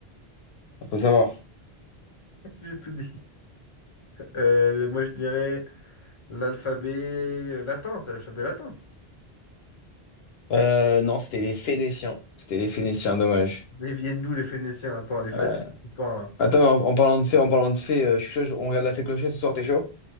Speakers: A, on the left; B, on the left.
A: Faut savoir.
B: <laughs> J'ai tout dit. Euh, moi, je dirais l'alphabet euh, latin. C'est l'alphabet latin.
A: Euh, non, c'était les Phéniciens. C'était les Phéniciens, dommage.
B: Mais ils viennent d'où les Phéniciens? Attends, elle est facile,
A: Euh,
B: ton histoire, là.
A: Attends, en, en parlant de fées, en parlant de fées, euh, je suis chaud, je- on regarde la fée clochette ce soir, t'es chaud?